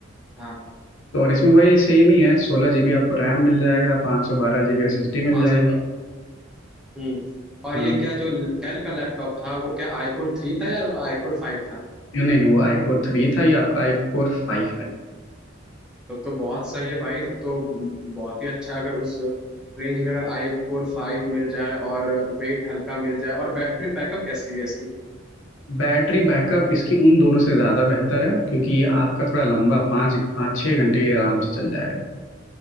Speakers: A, in the centre; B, on the left.
A: हाँ हाँ
B: तो और इसमें वही सेम ही है सोलह जीबी आपको रैम मिल जाएगा पाँच सौ बारह जीबी एस एस डी मिल
A: पाँच
B: जाएगी
A: सौ हम्म और
B: हाँ
A: ये क्या जो डेल का लैपटॉप था वो क्या आईकोर थ्री था या आईकोर फाइव था
B: ये नहीं नहीं वो आई कोर थ्री था ये आपका आई कोर फाइव है
A: तब तो बहुत सही है भाई तब तो बहुत ही अच्छा है अगर उस रेंज में अगर आई कोर फाइव मिल जाए और वेट हल्का मिल जाए और बैटरी बैकअप कैसी है इसकी
B: बैटरी बैकअप इसकी उन दोनों से ज़्यादा बेहतर है क्योंकि ये आपका थोड़ा लंबा पाँच पाँच छः घंटे आराम से चल जाएगा